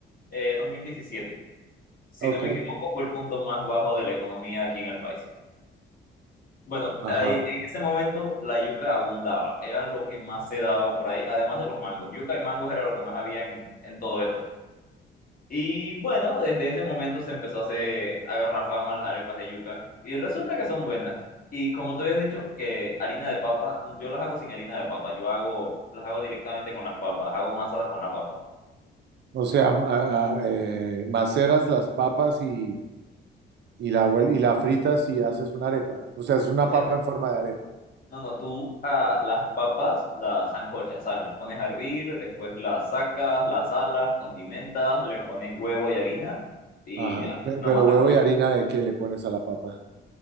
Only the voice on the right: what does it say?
Ok.
Ajá.
O sea, ma- a- eh, maceras las papas y, y la, vuel- y la fritas y haces una arepa. O sea, es una
papa en forma de arepa.
Ajá.
Pe-
Pero
huevo
y
harina de qué le pones a la papa.